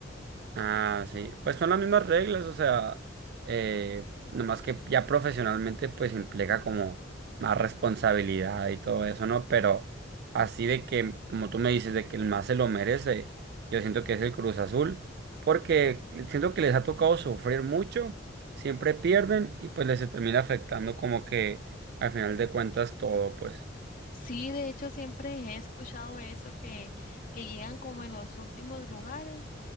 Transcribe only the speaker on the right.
Ah, sí. Pues son las mismas reglas, o sea, eh, nomás que ya profesionalmente pues implica como más responsabilidad y todo eso, ¿no? Pero así de que, como tú me dices, de que el más se lo merece, yo siento que es el Cruz Azul, porque siento que les ha tocado sufrir mucho, siempre pierden y pues les se termina afectando como que al final de cuentas todo, pues